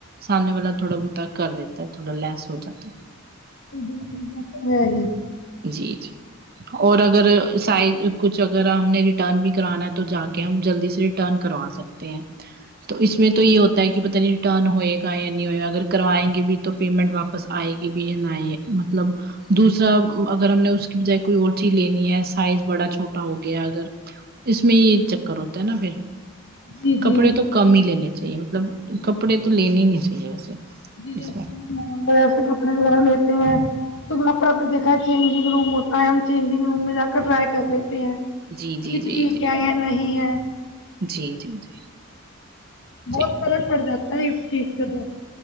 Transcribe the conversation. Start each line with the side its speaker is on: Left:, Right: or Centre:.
Right: سامنے والا تھوڑا بہت کر دیتا ہے تھوڑا لیس ہو جاتا
Left: بالکل یہ بات تو ہے ہی
Right: جی جی اور اگر سائز کچھ اگر ہم نےریٹرن ریٹرن بھی کرانا ہے تو جا کے ہم جلدی سے ریٹرن کروا سکتے ہیں تو اس میں تو یہ ہوتا ہے کہ پتہ نہیں ریٹرن ہوئے گا یا نہیں ہوا اگر کروائیں گے بھی تو پیمنٹ واپس آئے گی بھی نہیں مطلب دوسرا اگر ہم نے اس کے بجائے کوئی اور چیز لینی ہے سائز بڑا چھوٹا ہو گیا اگر اس میں یے چکر ہوتا ہے نا فیر
Left: جی جی
Right: کپڑے تو کم ہی لینے چاہیے مطلب
Left: جی
Right: کپڑے تو لینے ہی نہیں چاہیے ویسے اس
Left: جیسے
Right: میں
Left: مال وغیرہ سے کپڑے وغیرہ لیتے ہیں تو وہاں پر آپ نےدیکھا چینجنگ روم ہوتا ہے ہم چینجنگ روم میں جا کر ٹرائی کر لیتے ہیں
Right: جی جی
Left: کی ٹھیک
Right: جی جی
Left: ہے یا نہیں ہے
Right: جی جی جی
Left: بہت
Right: جی
Left: فرق پڑ جاتا ہے اس چیز سے تو